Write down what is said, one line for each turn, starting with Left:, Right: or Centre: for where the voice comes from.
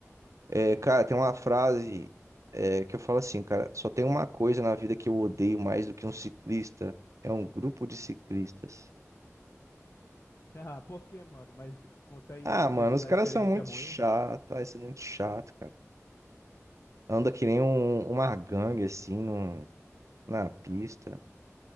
Right: É, cara, tem uma frase, é, que eu falo assim, cara, só tem uma coisa na vida que eu odeio mais do que um ciclista, é um grupo de ciclistas.
Left: <laughs> Ah, por quê, mano? Mas fica- conta aí,
Right: Ah,
Left: você
Right: mano,
Left: teve
Right: os
Left: já
Right: caras
Left: experiência
Right: são muito
Left: ruim?
Right: chatos, ah, isso é muito chato, cara. Anda que nem um, uma gangue, assim, no- na pista,